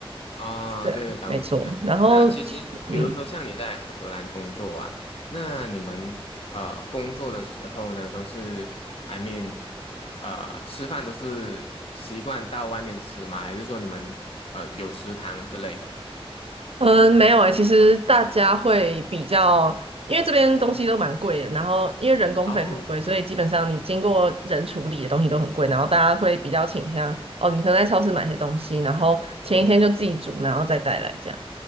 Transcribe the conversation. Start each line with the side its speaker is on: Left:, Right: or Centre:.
Left: 啊，
Right: 对，
Left: 对，打工度假。
Right: 没错。然后，
Left: 那其实，比如说像你在荷兰工作啊，
Right: 嗯，
Left: 那你们呃工作的时候呢，都是，I mean，呃，吃饭都是习惯到外面吃吗？还是说你们呃有食堂之类的？
Right: 嗯，没有诶，其实大家会比较，因为这边东西都蛮贵的，然后因为人工费很贵，
Left: 哦，
Right: 所以基本上你经过人处理的东西都很贵，然后大家会比较倾向，哦，你可能在超市买些东西，然后前一天就自己煮，
Left: 嗯，
Right: 然后再带来这样。